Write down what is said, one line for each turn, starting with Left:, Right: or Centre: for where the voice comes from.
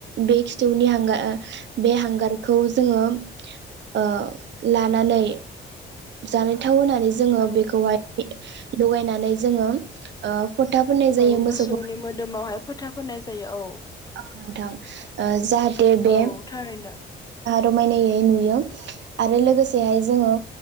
Right: बे खिथौनि हांगार बे हांगारखौ जोंङो ओ लानानै जानाय थाव होनानै जोंङो
Left: औ
Right: बेखौहाय लगायनानै जोंङो ओ फथा फोननाय जायो
Left: औ
Right: मोसौखौ
Left: मोसौनि मोदोमावहाय फोथा होननाय जायो औ
Right: औ नोंथां जाहाथे बे
Left: औ थारैनो
Right: रमायनायै नुयो आरो लोगोसेहाय जोंङो